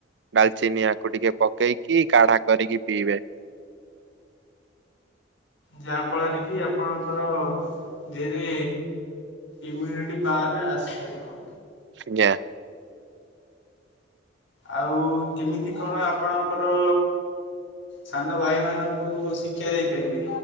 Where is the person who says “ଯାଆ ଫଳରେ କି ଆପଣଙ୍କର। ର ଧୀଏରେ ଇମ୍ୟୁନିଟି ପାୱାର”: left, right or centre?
Left